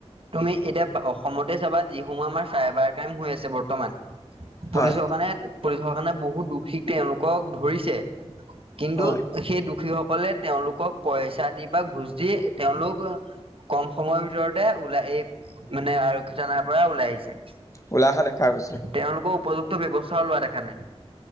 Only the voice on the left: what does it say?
হয়
হয়
ওলাই অহা দেখা গৈছে।